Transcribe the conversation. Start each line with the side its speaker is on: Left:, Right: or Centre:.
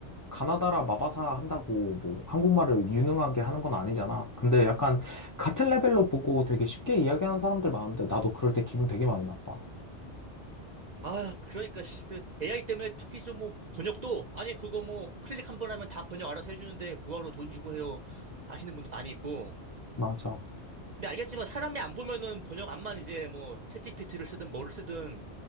Left: 가나다라 마바사 한다고 뭐 한국말을 유능하게 하는 건 아니잖아. 근데 약간 같은 레벨로 보고 되게 쉽게 이야기하는 사람들 많은데 나도 그럴 때 기분 되게 많이 나빠.
Right: 아, 그러니까, 씨, 그 AI 때문에 특히 좀 뭐, 번역도, 아니, 그거 뭐, 클릭 한번 하면 다 번역 알아서 해주는데, 뭐하러 돈 주고 해요. 하시는 분도 많이 있고.
Left: 맞아.
Right: 근데 알겠지만, 사람이 안 보면은 번역 안만 이제 뭐, 챗GPT를 쓰든 뭐를 쓰든